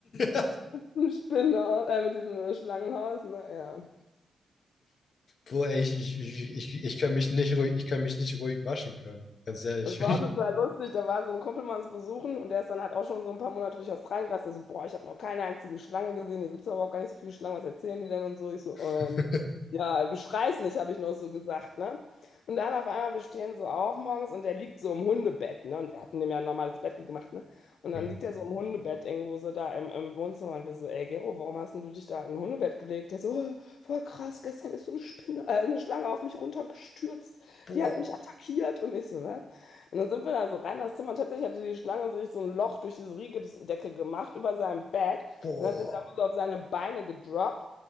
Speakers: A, on the left (about 55°); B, on the left (about 75°).
A: Ja.
B: mit Spinnenhaus, äh, mit diesem Schlangenhaus, ne ja
A: Boah, ey, ich, ich, ich, ich, ich kann mich nicht ruhig, ich kann mich nicht ruhig waschen können. Ganz ehrlich.
B: Das war auch total lustig. Da war so ein Kumpel mal uns besuchen und der ist dann halt auch schon so ein paar Monate durch Australien gereist. Der so, boah, ich habe noch keine einzige Schlange gesehen. Hier gibt es überhaupt gar nicht so viele Schlangen. Was erzählen die denn und so? Ich so, ähm,
A: <laughs>
B: ja, beschrei's nicht, habe ich noch so gesagt, ne? Und dann auf einmal, wir stehen so auf morgens und der liegt so im Hundebett, ne? Und wir hatten dem ja ein normales Bett gemacht, ne? Und
A: Mhm.
B: dann liegt er so im Hundebett irgendwo so da im, im Wohnzimmer und wir so, ey, Gero, warum hast denn du dich da in ein Hundebett gelegt? Der so, oh, voll krass, gestern ist so eine Spinne, äh, eine Schlange auf mich runtergestürzt.
A: Boah,
B: Die hat mich attackiert und ich so, was? Und dann sind wir da so rein in das Zimmer und tatsächlich hatte die Schlange sich so ein Loch durch diese Rigipsdecke gemacht über seinem Bett
A: boah,
B: und hat sich dann so auf seine Beine gedroppt.